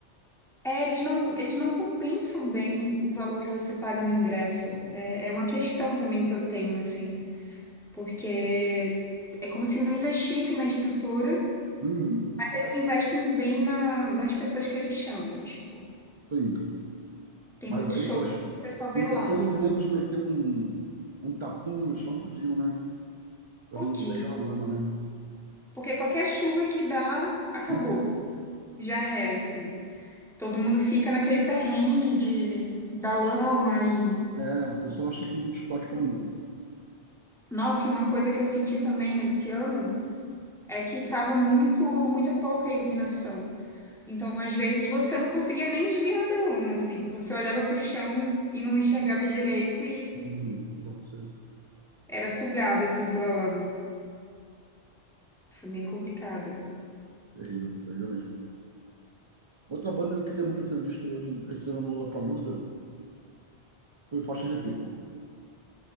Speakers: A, in the centre; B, on the right.
A: é, eles não, eles não compensam bem o valor que você paga no ingresso. É, é uma questão também que eu tenho, assim. porque é como se não investissem na estrutura,
B: Uhum,
A: mas eles investem bem na- nas pessoas que eles chamam. Tipo,
B: sim.
A: tem
B: Mas
A: muito
B: aí,
A: show
B: poxa,
A: que você só vê
B: entre
A: lá.
B: pelo menos meter um, um tapume no chão podiam, né? Para
A: Bom
B: não
A: dia.
B: virar aquela lama, né?
A: Porque qualquer chuva que dá, acabou.
B: Uhum.
A: Já era, assim. Todo mundo fica naquele perrengue de, da lama e.
B: É, o pessoal acha que o Woodstock está na moda.
A: Nossa, e uma coisa que eu senti também nesse ano é que tava muito, muita pouca iluminação. Então, às vezes, você não conseguia nem desviar da lama, assim. Você olhava pro chão e, e não enxergava direito e
B: Uhum, que tava sendo
A: era sugado, assim, pela lama. Foi bem complicado.
B: terrível, terrível mesmo. Outra banda que eu queria muito ter visto hoje, esse ano no Lollapalooza, foi Foster the People.